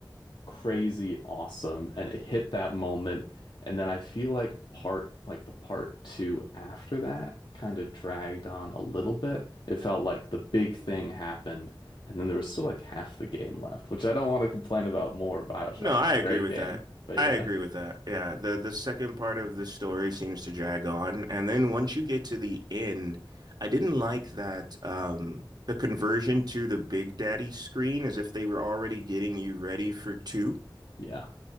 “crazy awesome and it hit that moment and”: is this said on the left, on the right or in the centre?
Left